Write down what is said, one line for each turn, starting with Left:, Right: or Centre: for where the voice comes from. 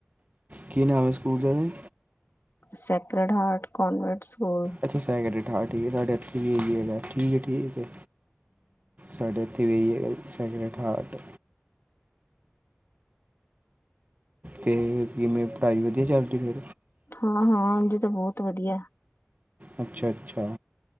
Right: ਕੀ ਨਾਮ ਐ ਸਕੂਲ ਦਾ ਇਦੇ?
Left: Sacred Heart Convent School.
Right: ਅੱਛਾ ਸੈਕਰਡ ਹਾਰਟ ਠੀਕ ਐ ਸਾਡੇ ਇੱਥੇ ਵੀ ਓਈ ਹੈਗਾ ਆ ਠੀਕ ਐ ਠੀਕ ਐ, ਸਾਡੇ ਇੱਥੇ ਵੀ <unintelligible> ਸੈਕਰਡ ਹਾਰਟ ਤੇ ਕਿਵੇਂ ਪੜਾਈ ਵਦੀਆ ਚੱਲ ਰਈ ਐ?
Left: ਹਾਂ-ਹਾਂ, ਉਂਝ ਤੇ ਬੋਤ ਵਦੀਐ
Right: ਅੱਛਾ-ਅੱਛਾ।